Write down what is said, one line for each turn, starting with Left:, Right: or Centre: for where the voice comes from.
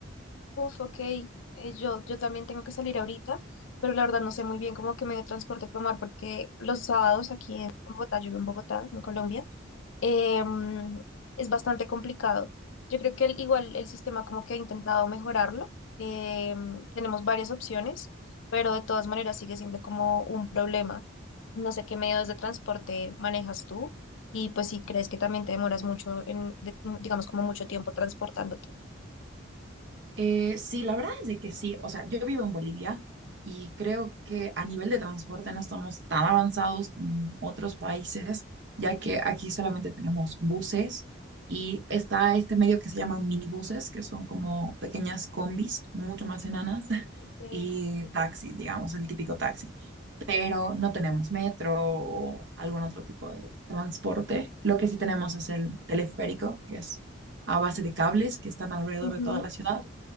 Left: Uf, ok. Eh, yo, yo también tengo que salir ahorita, pero la verdad no sé muy bien cómo que medio de transporte tomar porque los sábados aquí en Bogotá, yo vivo en Bogotá, en Colombia, em, es bastante complicado. Yo creo que el- igual el sistema como que ha intentado mejorarlo. em, tenemos varias opciones, pero de todas maneras sigue siendo como un problema. No sé qué medios de transporte manejas tú y pues si crees que también te demoras mucho en, de- mm, digamos, como mucho tiempo transportándote.
Right: Eh, sí, la verdad es de que sí. O sea, yo vivo en Bolivia y creo que a nivel de transporte no estamos tan avanzados como en otros países, ya que aquí solamente tenemos buses y está este medio que se llama minibuses, que son como pequeñas combis, mucho más enanas, <laughs>
Left: Okay.
Right: y taxis, digamos, el típico taxi. Pero no tenemos metro o algún otro tipo de transporte. Lo que sí tenemos es el teleférico, que es a base de cables que están alrededor
Left: Ujú,
Right: de toda la ciudad